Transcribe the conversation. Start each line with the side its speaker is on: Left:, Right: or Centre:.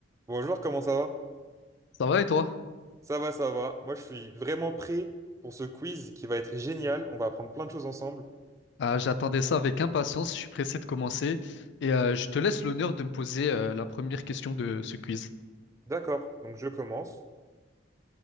Right: Bonjour, comment ça va?
Left: Ça va et toi?
Right: Ça va, ça va. Moi, je suis vraiment prêt pour ce quiz qui va être génial. On va apprendre plein de choses ensemble.
Left: Euh, j'attendais ça avec impatience, je suis pressé de commencer et euh, je te laisse l'honneur de me poser euh, la première question de ce quiz.
Right: D'accord, donc je commence.